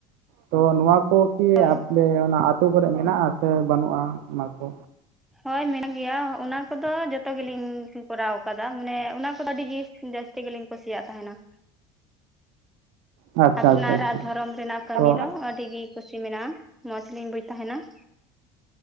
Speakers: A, on the right; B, in the centre.
A: ᱛᱚ ᱱᱚᱣᱟ ᱠᱚ ᱠᱤ
B: ᱦᱳᱭ
A: ᱟᱯᱞᱮ ᱚᱱᱟ ᱟᱹᱛᱩ ᱠᱚᱨᱮ ᱢᱮᱱᱟᱜ ᱥᱮ ᱵᱟᱹᱱᱩᱜ-ᱟ ᱚᱱᱟ ᱠᱚ?
B: ᱦᱳᱭ ᱢᱮᱱᱟᱜ ᱜᱮᱭᱟ ᱚᱱᱟ ᱠᱚᱫᱚ ᱡᱚᱛᱚ ᱜᱮᱞᱤᱧ ᱠᱚᱨᱟᱣ ᱟᱠᱟᱫᱟ ᱢᱟᱱᱮ ᱚᱱᱟ ᱠᱚᱫᱚ ᱟᱹᱰᱤ ᱜᱮ ᱡᱟᱹᱥᱛᱤ ᱡᱟᱥᱛᱤ ᱜᱮᱞᱤᱧ ᱠᱩᱥᱤᱭᱟᱜ ᱛᱟᱸᱦᱮᱱᱟ ᱾
A: ᱟᱪᱪᱷᱟ
B: ᱟᱯᱱᱟᱨᱟᱜ
A: ᱟᱪᱪᱷᱟ ᱟᱪᱪᱷᱟ
B: ᱫᱷᱚᱨᱚᱢ ᱨᱮᱱᱟᱜ ᱠᱟᱹᱢᱤ
A: ᱛᱚ
B: ᱫᱚ ᱟᱹᱰᱤ ᱜᱮ ᱠᱩᱥᱤ ᱢᱮᱱᱟᱜ-ᱟ᱾ ᱢᱚᱡᱽ ᱞᱤᱧ ᱵᱩᱡ ᱛᱟᱸᱦᱮᱱᱟ ᱾